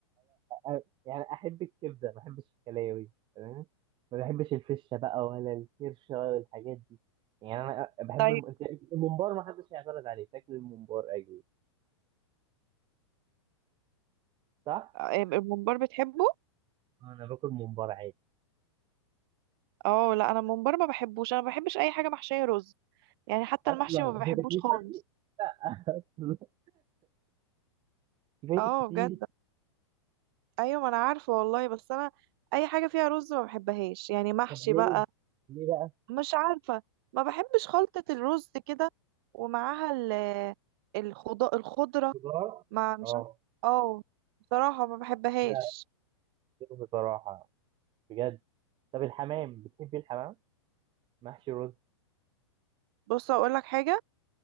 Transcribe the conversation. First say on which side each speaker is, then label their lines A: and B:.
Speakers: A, on the right (about 30°); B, on the right (about 50°).
A: لا يعني أحب الكبدة ما أحبش الكلاوي تمام ما بحبش الفشة بقى ولا الكرشة ولا الحاجات دي يعني أنا بحب
B: طيب
A: الم... الممبار ما حدش هيعترض عليه تاكل الممبار أجي صح؟
B: آه، إيه، الممبار بتحبه
A: أنا باكل ممبار عادي
B: اه لا انا الممبار ما بحبوش انا ما بحبش اي حاجة محشية رز يعني حتى
A: أصلا
B: المحشي
A: <laughs>
B: ما
A: أنت
B: بحبوش
A: بتاكليه
B: خالص
A: شرقي؟ لا <laughs> أصلا فايتك
B: اه
A: كتير
B: بجد ايوه ما انا عارفة والله بس انا اي حاجة فيها رز ما بحبهاش يعني محشي
A: طب ليه؟
B: بقى
A: ليه بقى؟
B: مش عارفة ما بحبش خلطة الرز كده ومعاها ال الخض- الخضرة
A: خضار؟
B: مع مش
A: اه
B: عارفة اه بصراحة ما بحبهاش
A: لا بصراحة بجد طب الحمام بتحبي الحمام محشي رز
B: بص اقول لك حاجة